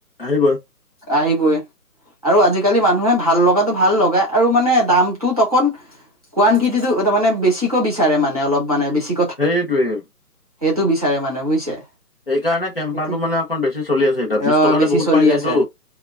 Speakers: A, on the left (about 40°); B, on the right (about 25°).
A: আহিবই।
B: আহিবই। আৰু আজিকালি মানুহে ভাল লগাতটো ভাল লগাই আৰু মানে দামটোত অকণ কুৱানটিটিটো তাৰ মানে বেছিকৈ বিচাৰে মানে অলপ মানে বেছি
A: সেইটোৱেই।
B: সেইটো বিচাৰে মানে বুজিছে।
A: সেইকাৰণে কেম্পাটো
B: এতিয়া
A: মানে অকণ বেছি চলি আছে এতিয়া বিশ
B: অ
A: টকাতে
B: বেছি
A: বহুত
B: চলি
A: পাই যায়তো।
B: আছে